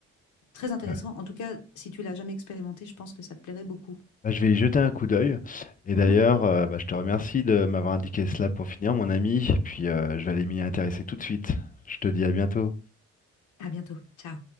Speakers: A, on the left; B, on the left.
A: très intéressant.
B: ouais.
A: En tout cas, si tu l'as jamais expérimenté, je pense que ça te plairait beaucoup.
B: Bah, je vais y jeter un coup d'œil. Et d'ailleurs,
A: Mhm.
B: euh, bah, je te remercie de m'avoir indiqué cela pour finir, mon ami. Puis euh, je vais aller m'y intéresser tout de suite. Je te dis à bientôt.
A: À bientôt. Ciao.